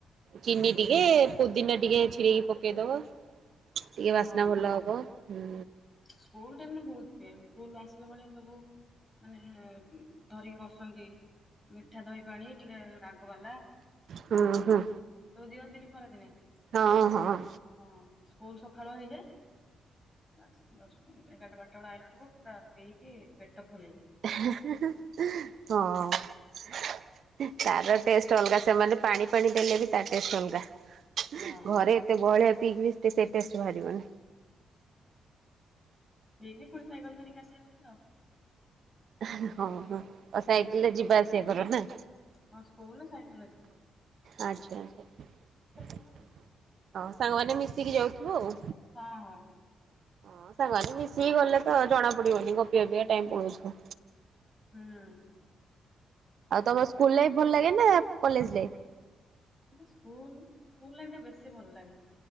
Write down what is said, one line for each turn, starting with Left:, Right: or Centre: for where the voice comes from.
Right: ଚିନି
Left: ହୁଁ
Right: ଟିକେ ପୋଦିନା ଟିକେ ଛିଡିକି ପକେଇଦବ। ଟିକେ ବାସ୍ନା
Left: ହଁ
Right: ଭଲ ହବ ହୁଁ।
Left: ସ୍କୁଲ ଟାଇମରେ ବହୁତ ପିଏ ସ୍କୁଲ ଆସିଲା ବେଳେ ସବୁ ମାନେ ଧରିକି ବସନ୍ତି ମିଠା ଦହି ପାଣି ଟିକେ ରାଗବାଲା ସବୁ
Right: ହୁଁ ହୁଁ
Left: ଦିଅନ୍ତିନି ଖରା ଦିନେ।
Right: ହଁ ହଁ।
Left: ହଁ ସ୍କୁଲ ସକାଳୁଆ ହେଇଯାଏ। ବାସ ଦଶ ଏଗାରଟା ବାରଟା ଆଇଲାଳକୁ ପୁରା ପିଇ କି ପେଟ ଫୁଲ ହେଇ
Right: ହେଁ ହେଁ ହଁ। ତାର ଟେଷ୍ଟ ଅଲଗା ସେମାନେ ପାଣି ପାଣି ଦେଲେ ବି ତା ଟେଷ୍ଟ ଅଲଗା।
Left: ହଁ
Right: ଘରେ ଏତେ ବହଳିିଆ ପିଇକି ବିିେ ସେତେଷ୍ଟ ବାହାରିବନି।
Left: ପିଇକି ପୁଣି ସାଇକଲ ଧରି କି ଆସିବାାଉ ତ
Right: ହଁ ହଁ ଆଉ ସାଇକେଲରେ
Left: ହୁଁ
Right: ଯିବା ଆସିବା କର ନା?
Left: ହଁ ସ୍କୁଲ ନା ସାାଇକେଲ ଯା?
Right: ଆଚ୍ଛା ହଉ
Left: ପଳାଏ ଆଉ।
Right: ସାଙ୍ଗମାନେ ମିଶିକି ଯାଉଥିବୁ ଆଉ।
Left: ହଁ ହଁ।
Right: ହଁ ସାଙ୍ଗରେ ମିଶିକି ଗଲେ ତ ଜଣା ପଡିବନି ଗପି ଚାପି କା ଟାଇମ ପଳଉଥିବ।
Left: ହୁଁ ଉ।
Right: ଆଉ ତମର ସ୍କୁଲ ଲାଇଫ୍ ଭଲ ଲାଗେ ନା college life?
Left: School school life ଟା ବେଶୀ ଭଲ ଲାଗେ।